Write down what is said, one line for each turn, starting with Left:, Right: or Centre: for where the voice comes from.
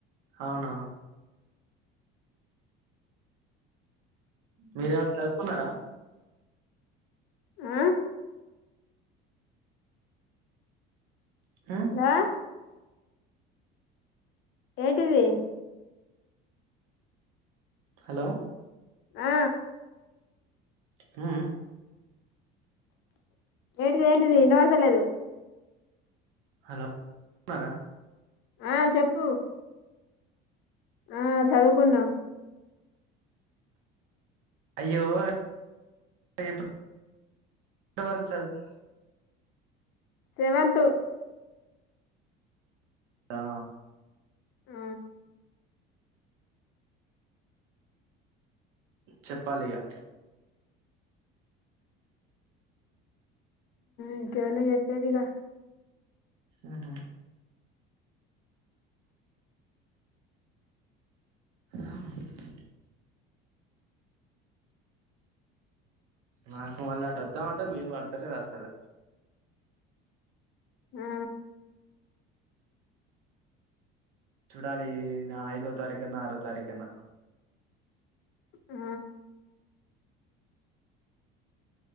Right: అవునా మీరేమ చదుకున్నారా
Left: ఆ
Right: ఉమ్,
Left: ఆ ఏడువి
Right: హలో
Left: ఆ
Right: హ
Left: ఏంటిది ఏంటిది నోడతలే అదు
Right: హలోన్నారా
Left: ఆ చెప్పు ఆ చదువుకున్నా
Right: అయ్యోప్పు ఎప్పటివరకు చదువు
Left: సెవెన్తు
Right: తా
Left: ఆ
Right: చెప్పాలియా
Left: ఇంకవళ చెప్పేదిగా
Right: ఆహా అ నాకు మళ్ళీ అటు వద్దాం అంటే వీలుు పడతలేదు అసలు
Left: ఆ
Right: చూడాలి నా ఐదో తారీఖన్న ఆరో తారీఖన్నా
Left: ఆ